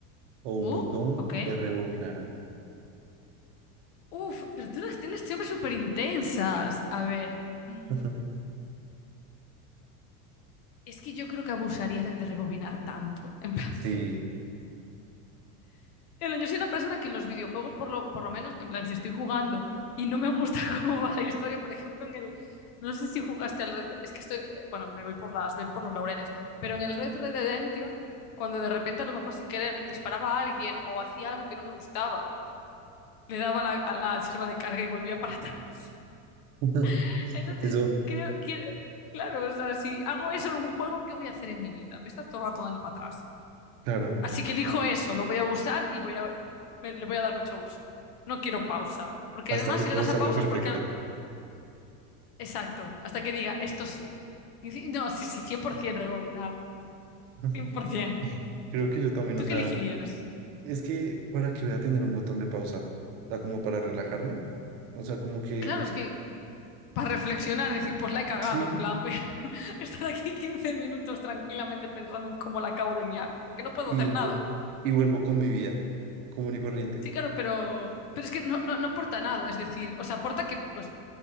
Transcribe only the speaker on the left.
Uh,
ok.
Uf, pero tú las tienes siempre súper intensas. A ver, mm,
es que yo creo que abusaría del de rebobinar tanto. <laughs>
Yo soy una persona que en los videojuegos, por lo, por lo menos, en plan, si estoy jugando y no me gusta <laughs> cómo va la historia, por ejemplo, en el. No sé si jugaste al Red. Es que estoy. eh, Bueno, me voy por las, voy por los laureles. Pero en el Red Red Redemption, cuando de repente, a lo mejor sin querer, disparaba a alguien o hacía algo que no me gustaba, le daba a la, a la sirma de carga y volvía para atrás.
<laughs> Entonces,
creo que. Claro, o sea, si hago eso en un juego, ¿qué voy a hacer en mi vida? Voy a estar todo el rato dándole para atrás.
Así que elijo eso, lo voy a usar y voy a, me- le voy a dar mucho uso. No quiero pausa, porque
además
si
le das
a pausa
es porque... Exacto, hasta que diga, esto sí. Y ci- No, sí, sí, 100% rebobinar,
100%.
¿Tú
qué elegirías?
Claro, es que para reflexionar, decir, pues la he cagado,
en plan, voy a <laughs> estar aquí 15 minutos tranquilamente pensando en cómo la acabo de liar, porque no puedo
hacer
nada.
Sí, claro, pero, pero es que no, no, no aporta nada, es decir, o sea, aporta que, pues,